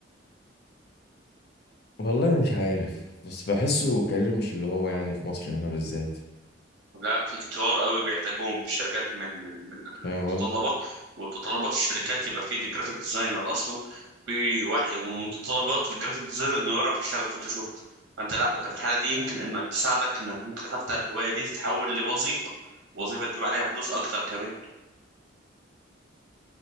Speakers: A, on the left; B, on the right.
A: والله مش عارف بس بحسه كارير مش اللي هو يعني في مصر هنا بالذات
B: لا في كتار قوي بيحتاجوهم في الشركات من من من من
A: فاهم
B: المتطلبات
A: قصدي
B: ومتطلبات الشركات يبقى في دي جرافيك ديزاينر اصلا في واحد ومتطلبات الجرافيك ديزاينر انه يعرف يشتغل فوتوشوب فانت لا انت في الحاله دي يمكن انك تساعدك انك ممكن حتى الهوايه دي تتحول لوظيفه وظيفه تجيب عليها فلوس اكتر كمان